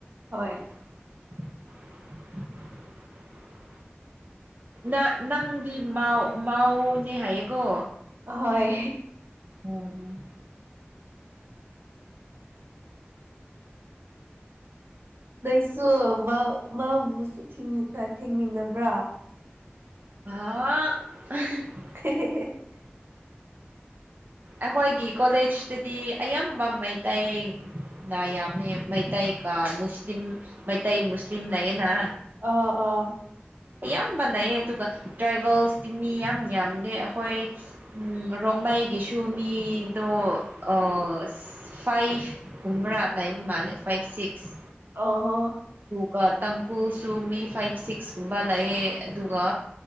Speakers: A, on the right; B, on the right.
A: ꯍꯣꯏ
B: <inaudible> ꯅ ꯅꯪꯗꯤ ꯃꯧ ꯃꯧꯅꯦ ꯍꯥꯏꯌꯦꯀꯣ
A: ꯑꯍꯣꯏ
B: ‌ꯎꯝ
A: ꯅ‌ꯣꯏꯁꯨ ꯃꯥꯎ ꯃꯥꯎꯕꯨꯁꯨ ꯊꯦꯡꯃꯤꯟꯅꯕ꯭ꯔꯥ
B: <unintelligible>
A: <unintelligible>
B: ꯑꯩꯈꯣꯏꯒꯤ ꯀꯣꯂꯦꯖꯇꯗꯤ ꯑꯌꯥꯝꯕ ꯃꯩꯇꯩ ꯅ ꯌꯥꯝꯃ‌ꯦ ꯃꯩꯇꯩꯏ ꯒꯤ ꯃꯨꯁꯂꯤꯝ ꯃꯩꯇꯩ ꯃꯨꯁꯂꯤꯝ ꯂꯩꯌ‌ꯦꯅ
A: ꯑꯥ ꯑꯥꯎ
B: ꯑꯌꯥꯝꯕ ꯂꯩꯌꯦ ꯑꯗꯨꯒ ꯇ꯭ꯔꯥꯏꯕꯦꯜꯁꯀꯤ ꯃꯤ ꯌꯥꯝ ꯌꯥꯝꯗꯦ ꯑꯩꯈꯣꯏ ꯎꯝ ꯔꯣꯡꯃꯩꯒꯤꯁꯨ ꯃꯤꯗꯣ ꯑꯥ ꯐꯥꯏꯚ ꯀꯨꯝꯕ꯭ꯔꯥ ꯂꯩꯕ ꯃꯥꯜꯂꯦ ꯐꯥꯏꯚ ꯁꯤꯛꯁ
A: ꯑꯣ ꯍꯣ
B: ꯑꯗꯨꯒ ꯇꯥꯡꯈꯨꯜꯁꯨ ꯃꯤ ꯐꯥꯏꯚ ꯁꯤꯛꯁꯀꯨꯝꯕ ꯂꯩꯌꯦ ꯑꯗꯨꯒ